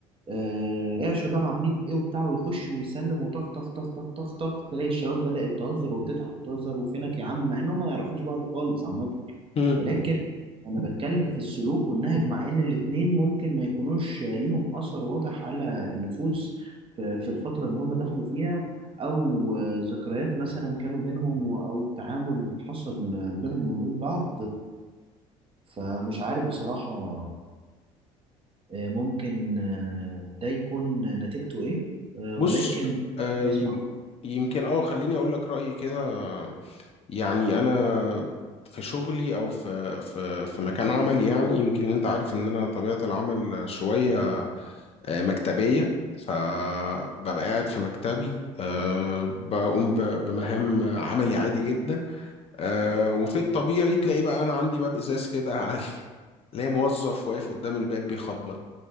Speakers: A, on the right (about 35°); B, on the left (about 40°).
A: آه، ايه يا شباب عاملين ايه وبتاع ويخش ويسلم وطخ طخ طخ طخ طخ طخ تلاقي الشباب بدأت تهزر وتضحك وتهزر وفينك يا عم مع انهم ما يعرفوش بعض خالص عامه
B: امم
A: ولكن انا بتكلم في السلوك والنهج مع ان الاتنين ممكن ما يكونوش ليهم اثر واضح على النفوس في في الفترة اللي هم دخلوا فيها او ذكريات مثلا كانوا بينهم و- او تعامل حصل بينهم وبين بعض فمش عارف بصراحة آه، ممكن آه، ده يكون نتيجته ايه آه،
B: بص
A: ولكن
B: آه،
A: حابب
B: يم-
A: اسمع
B: يمكن اه خليني اقول لك رايي كده يعني انا في شغلي او في في في مكان عملي يعني يمكن انت عارف ان انا طبيعه العمل شويه آه، مكتبيه فببقى قاعد في مكتبي أه بقوم ب- بمهام عملي عادي جدا أه وفي الطبيعي تلاقي بقى انا عندي باب ازاز كده <laughs> على- تلاقي موظف واقف قدام الباب بيخبط